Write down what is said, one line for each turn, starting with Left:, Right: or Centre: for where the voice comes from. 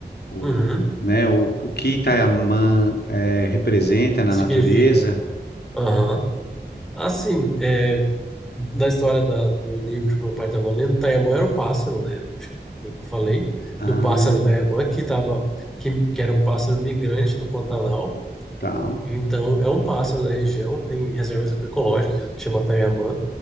Centre: uhum,
Left: o- né, o, o que Itaiamã eh, representa
Centre: significa.
Left: na natureza?
Centre: Aham. Assim, é. na história da- do livro que meu pai estava lendo, Tayamã era o pássaro, né? Acho que foi o que eu falei,
Left: Ah,
Centre: do pássaro Tayamã, que, tava, que, que era um pássaro migrante do Pantanal.
Left: tá.
Centre: Então, é um pássaro da região, tem reservas ecológicas que chama Tayamã,